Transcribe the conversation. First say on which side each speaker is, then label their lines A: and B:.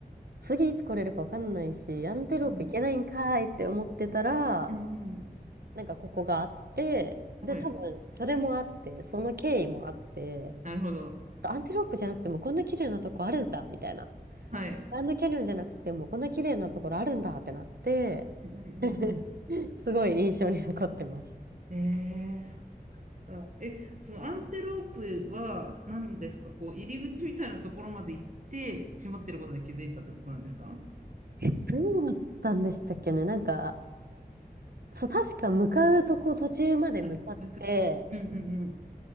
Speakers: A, on the right; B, on the right.
A: 次いつ来れるかわかんないし、アンテロープ行けないんかーいって思ってたら、
B: うん。うんうん。
A: なんかここがあって、
B: はい。
A: で、多分それもあって、その経緯もあって、
B: なるほど。
A: アンテロープじゃなくてもこんな綺麗なとこあるんだ、みたいな。
B: はい。
A: グランドキャニオンじゃなくて、もうこんな綺麗なところあるんだってなって、
B: うんうんうんう
A: <laughs> すごい印象に残ってます。
B: ん。えーあえ、そのアンテロープは何ですかこう入り口みたいなところまで行って閉まってることに気づいたってことなんですか
A: どうだったんでしたっけねなんか、そう、確か向かうとこ途中まで向かって、
B: あ、向かい。うんうんうん。